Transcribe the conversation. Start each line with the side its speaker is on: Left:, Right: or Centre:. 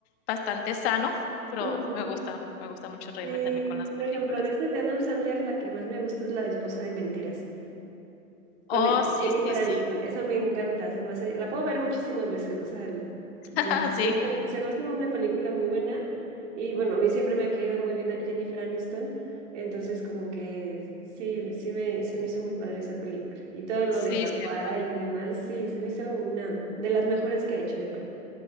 Left: bastante sano, pero
Right: Ujú.
Left: me gusta, me gusta mucho reírme
Right: Sí,
Left: también con las películas.
Right: por ejemplo, de esas de Adam Sandler, la que más me gusta es la de Esposa de Mentiras. con
Left: Oh,
Right: el-
Left: sí,
Right: Jennifer
Left: sí,
Right: Aniston.
Left: sí.
Right: Esa me encanta, se me hace, la puedo ver muchísimas veces, o sea, el- me-
Left: <laughs> Sí,
Right: se me hace se me hace una película muy buena y bueno, a mí siempre me ha caído muy bien a Jennifer Aniston, entonces como que sí, sí me, se me hizo muy padre esa película y todo lo
Left: sí,
Right: de Hawái
Left: cierto.
Right: y demás, sí, se me hizo una de las mejores que ha hecho, yo creo.